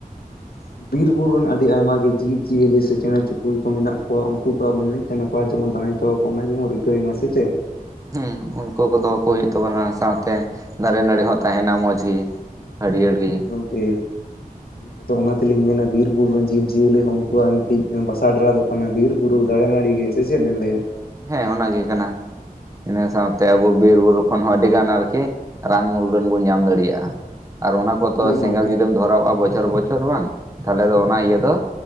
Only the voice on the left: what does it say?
ᱵᱤᱨ ᱵᱩᱨᱩ ᱨᱮᱱ ᱟᱹᱰᱤ ᱟᱭᱢᱟ ᱜᱮ ᱡᱤᱵᱽᱡᱤᱭᱟᱹᱞᱤ ᱥᱮ ᱪᱮᱬᱮ ᱪᱩᱯᱲᱤ ᱠᱚ ᱢᱮᱱᱟᱜ ᱠᱚᱣᱟ ᱩᱱᱠᱩ ᱠᱚ ᱟᱵᱚ ᱱᱟᱹᱭ ᱛᱮ ᱱᱟᱯᱟᱭ ᱛᱮᱵᱚᱱ ᱛᱟᱦᱮ ᱦᱚᱪᱚᱣᱟ ᱠᱚ <inaudible> ᱨᱤᱠᱟᱹᱭ ᱢᱟ ᱥᱮ ᱪᱮᱫ
ᱴᱷᱤᱠ ᱟᱫᱚ ᱚᱱᱟ ᱛᱮᱞᱤᱧ ᱢᱮᱱᱟ ᱵᱤᱨ ᱵᱩᱨᱩ ᱨᱮᱱ ᱡᱤᱵᱽᱡᱤᱭᱟᱹᱞᱤ ᱦᱚᱸ ᱩᱱᱠᱩᱣᱟᱜ ᱢᱤᱫᱴᱤᱡ ᱵᱟᱥᱟ ᱰᱮᱨᱟ ᱫᱚ ᱚᱱᱟ ᱵᱤᱨ ᱵᱩᱨᱩ ᱫᱟᱨᱮ ᱱᱟᱲᱤ ᱜᱮ ᱥᱮ ᱪᱮᱫ ᱵᱤᱱ ᱞᱟᱹᱭᱟ᱾
ᱦᱳᱭ ᱜᱚᱝᱠᱮ